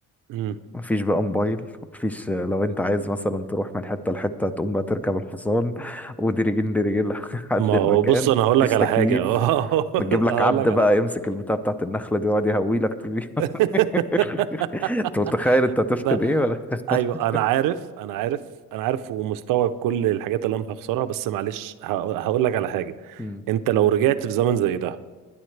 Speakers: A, on the right; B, in the centre.
A: مم.
B: مفيش بقى موبايل مفيش آه، لو انت عايز مثلا تروح من حتة لحتة تقوم بقى تركب الحصان <laughs> وديرجين ديرجين لحد
A: ما
B: <laughs>
A: هو
B: المكان
A: بص انا هقول
B: مفيش
A: لك على
B: تكييف
A: حاجه <laughs>
B: نجيب لك
A: هقول
B: عبد
A: لك
B: بقى
A: على حاجه
B: يمسك البتاع بتاعت النخلة دي ويقعد يهوي لك طول اليوم.
A: <laughs>
B: <laughs> انت متخيل انت هتفقد
A: لا
B: ايه ولا
A: ايوه
B: <laughs>
A: انا عارف انا عارف انا عارف ومستوعب كل الحاجات اللي انا هخسرها بس معلش هقول لك على حاجه
B: مم.
A: انت لو رجعت في زمن زي ده